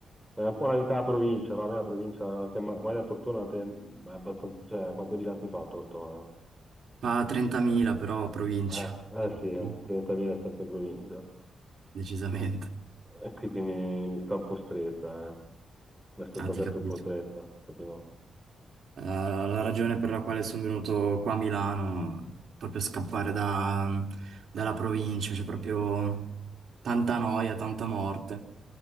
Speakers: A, in the centre; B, on the right.
A: Ma È un po' una vita a provincia, no? A me la provincia, anche Ma- Maria Tortona, te- è abbastanza, cioè, quanti abitanti fa Tortona?
B: Fa 30.000 però provincia,
A: Eh, eh
B: Eh,
A: sì, eh,
B: sì,
A: 30.000 è sempre provincia.
B: decisamente.
A: E quindi mi, mi sta un po' stretta, eh. Mi è stata
B: Ah, ti
A: sempre
B: capisco.
A: un po' stretta, capito?
B: Eh, la ragione per la quale sono venuto qua a Milano, proprio scappare da- dalla provincia, c'è proprio tanta noia, tanta morte.